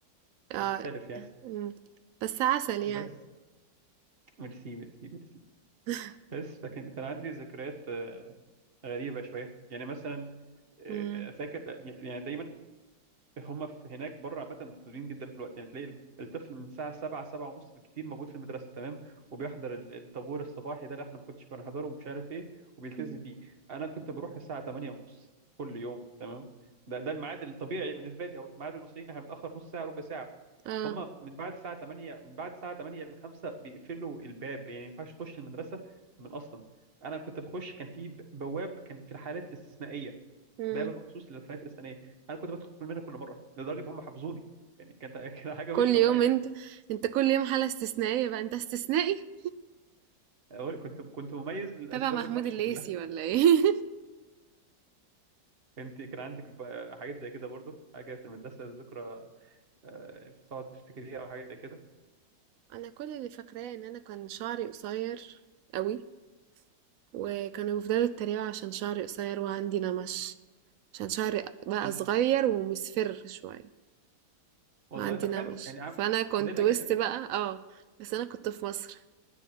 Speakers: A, on the right; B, on the right.
A: اه
B: المختلف يعني
A: أمم. بس عسل يعني
B: بس ميرسي ميرسي ميرسي
A: <laughs>
B: بس فكان كان عندي ذكريات آه، غريبة شوية يعني مثلا
A: امم
B: آه، فاكر يعني دايما هم في هناك بره عامة ملتزمين جدا في الوقت يعني تلاقي الطفل من الساعة سبعة سبعة ونص بالكتير موجود في المدرسة تمام وبيحضر ال- الطابور الصباحي ده اللي احنا ما كنتش بنحضره ومش عارف ايه وبيلتزم
A: أمم.
B: بيه أنا كنت بروح الساعة تمانية ونص كل يوم تمام ده ده الميعاد الطبيعي بالنسبة لي أو ميعاد المصريين احنا بنتأخر نص ساعة ربع ساعة
A: اه
B: هم من بعد الساعة 8 من بعد الساعة 8 ل 5 بيقفلوا الباب يعني ما ينفعش تخش المدرسة من أصلا أنا كنت بخش كان في ب- بواب كان في الحالات الاستثنائية
A: أمم.
B: باب مخصوص للحالات الاستثنائيه انا كنت بدخل منها كل مره لدرجه ان هم حافظوني يعني كانت <laughs> كانت حاجه
A: كل
B: مش
A: يوم
B: طبيعيه
A: انت
B: يعني
A: انت كل يوم حالة استثنائية بقى انت استثنائي
B: أقول- كنت كنت مميز للاسباب
A: تبع محمود
B: الوحشه
A: الليثي
B: كلها
A: ولا ايه <laughs>
B: انت كان عندك ب- حاجات زي كده برضو حاجه في المدرسه ذكرى آه، بتقعد تفتكريها او حاجه زي كده
A: انا كل اللي فاكراه ان انا كان شعري قصير قوي وكانوا بيفضلوا يتريقوا عشان شعري قصير وعندي نمش عشان شعري بقى
B: انت
A: صغير ومصفر شوية
B: والله
A: وعندي
B: طب
A: نمش
B: حلو يعني عم...
A: فأنا كنت
B: زي الاجانب
A: وسط بقى اه بس أنا كنت في مصر